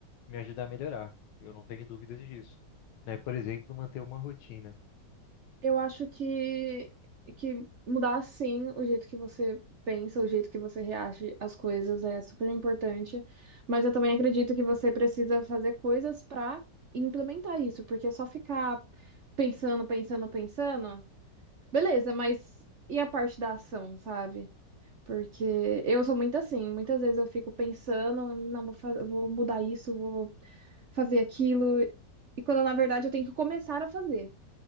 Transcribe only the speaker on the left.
me ajudar a melhorar. Eu não tenho dúvidas disso. Né? Por exemplo, manter uma rotina.